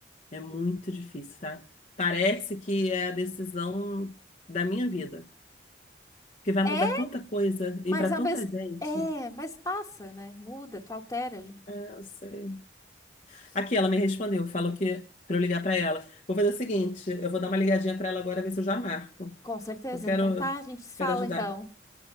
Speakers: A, on the left; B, on the left.
A: É muito difícil, tá? Parece que é a decisão da minha vida. Que vai
B: É,
A: mudar tanta coisa
B: mas
A: e pra
B: a
A: tanta
B: mes...
A: gente.
B: é, mas passa, né? Muda, tu altera, gente.
A: É, eu sei. Aqui, ela me respondeu, falou que pra eu ligar pra ela. Vou fazer o seguinte, eu vou dar uma ligadinha pra ela agora, ver se eu já marco.
B: Com certeza.
A: Eu quero,
B: Então tá, a gente se fala
A: quero ajudar,
B: então.